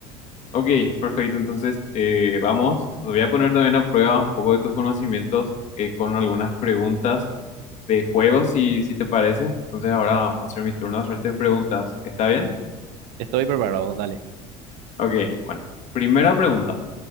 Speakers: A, on the left; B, on the right.
A: Ok, perfecto, entonces eh, vamos, te voy a poner también a prueba un poco de tus conocimientos eh, con algunas preguntas de juegos, si, si te parece. Entonces ahora va a ser mi turno de hacerte preguntas, ¿está bien?
B: Estoy preparado, dale.
A: Ok, bueno, primera pregunta.